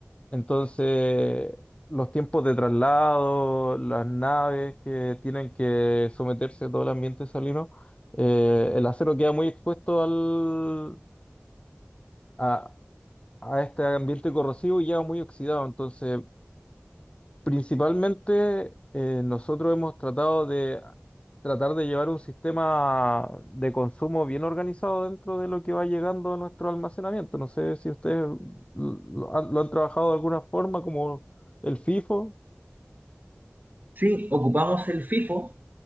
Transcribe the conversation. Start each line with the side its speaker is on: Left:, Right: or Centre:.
Left: Entonces, los tiempos de traslado, las naves que tienen que someterse a todo el ambiente salino, eh, el acero queda muy expuesto al, a a este ambiente corrosivo y ya muy oxidado. Entonces, principalmente eh, nosotros hemos tratado de tratar de llevar un sistema de consumo bien organizado dentro de lo que va llegando a nuestro almacenamiento. No sé si ustedes lo han, lo han trabajado de alguna forma, como el FIFO.
Right: Sí, ocupamos el FIFO,